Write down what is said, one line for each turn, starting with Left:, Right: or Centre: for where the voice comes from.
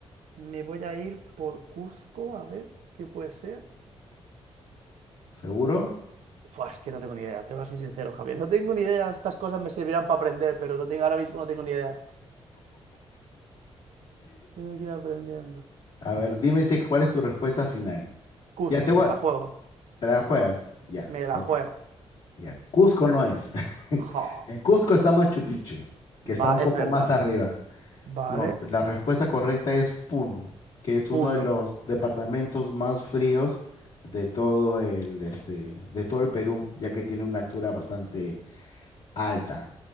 Right: Me voy a ir por Cuzco, a ver qué puede ser.
Left: ¿Seguro?
Right: Buah, es que no tengo ni idea, te voy a ser sincero, Javier. No tengo ni idea, estas cosas me servirán para aprender, pero no tengo, ahora mismo no tengo ni idea. Tengo que ir aprendiendo.
Left: A ver, dime si, cuál es tu respuesta final.
Right: Cusco,
Left: Ya te voy.
Right: me
Left: a-
Right: la juego.
Left: ¿Te la juegas? Ya,
Right: Me la
Left: ok.
Right: juego.
Left: Ya, Cusco no es. <laughs>
Right: Jo,
Left: En Cusco está Machu Picchu, que está
Right: Va,
Left: un
Right: es
Left: poco
Right: verdad.
Left: más arriba.
Right: Vale.
Left: No, la respuesta correcta es Puno, que es uno
Right: Puno.
Left: de los departamentos más fríos de todo el, este, de todo el Perú, ya que tiene una altura bastante alta.